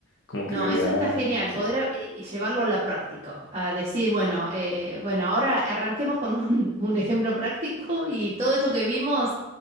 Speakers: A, on the left; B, on the right.
A: como
B: No,
A: que sería,
B: eso está genial,
A: sí,
B: poder a- eh, llevarlo a la práctica, a decir, bueno, eh, bueno, ahora arranquemos con un, <laughs> un ejemplo práctico y todo esto que vimos,